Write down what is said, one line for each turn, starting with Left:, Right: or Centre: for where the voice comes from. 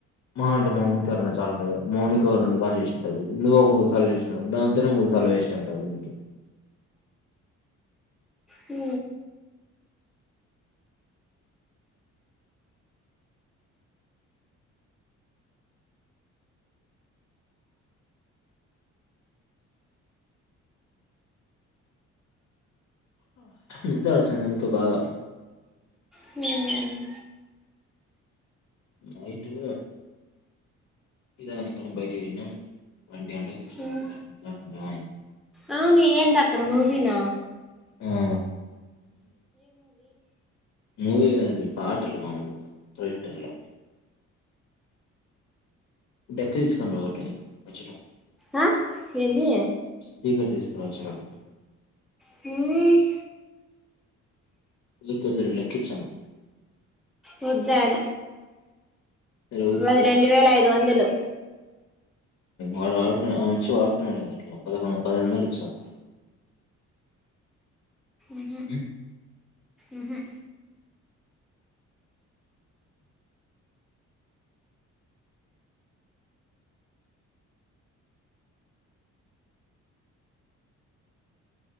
Left: మహా అంటే మ ఇంటికాడునోళ్లు క చాల మౌని ఇ రెండు సార్లు చేస్తుంటది నువ్వు మూడు సార్లు చేసినవ్ దాంతోనే మూడు సార్లు వేస్ట్ ఆయుంటాది దీనికి
Centre: ఉ
Left: విచారుచ్చ నందుంతో బాగా
Centre: హ్మ్
Left: నైటు టి తాగనిక అని బయటికి పోయింది ఆమె వంటి గంటకి వొచ్చినం
Centre: ఉమ్
Left: <unintelligible>
Centre: అవును ఏందక్కడ మూవీన
Left: ఆ మూవీ గాద్ ఇగ పాటలు మాము టోటియల డక్కు తీస్కొని ర ఒకటి వొచ్చేటప్పు
Centre: ఆ ఏంది
Left: స్పీకర్ తీసుకురా వొచ్చేటప్
Centre: హ్మ్
Left: లిక్ వద్దులే లక్కీ చార్మ్
Centre: వొద్దు ఆడ
Left: సరే ఊరికే
Centre: మది రెండు వేల ఐదు వందలు
Left: ఆడు వాడుకున్నా ఆ మనిషి వాడుకున్నాడు గదా ట్లో పదకొండు పదైవొందలు ఇచ్చిన
Centre: మ్మ్
Left: మ్
Centre: మ్మ్